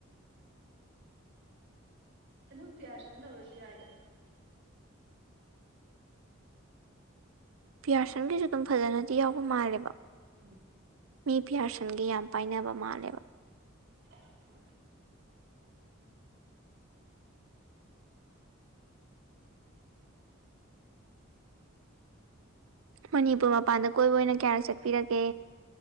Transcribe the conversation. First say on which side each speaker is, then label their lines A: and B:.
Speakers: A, on the right (about 60°); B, on the right (about 80°).
A: ꯑꯗꯨꯝ ꯄꯤꯌꯥꯔꯁꯟ ꯇꯧꯔꯁꯨ ꯌꯥꯏꯗ꯫
B: ꯄꯤꯌꯥꯔꯁꯟꯒꯤꯁꯨ ꯑꯗꯨꯝ ꯐꯖꯅꯗꯤ ꯌꯥꯎꯕ ꯃꯥꯜꯂꯦꯕ꯫
A: ꯎꯝ꯫
B: ꯃꯤ ꯄꯤꯌꯥꯥꯔꯁꯟꯒꯤ ꯌꯥꯝ ꯄꯥꯏꯅꯕ ꯃꯥꯜꯂꯦꯕ꯫
A: ꯍꫭꯏ꯫
B: ꯃꯅꯤꯄꯨꯔ ꯃꯄꯥꯟꯗ ꯀꯣꯏꯕ ꯑꯣꯏꯅ ꯀꯌꯥꯔꯛ ꯆꯠꯄꯤꯔꯒꯦ꯫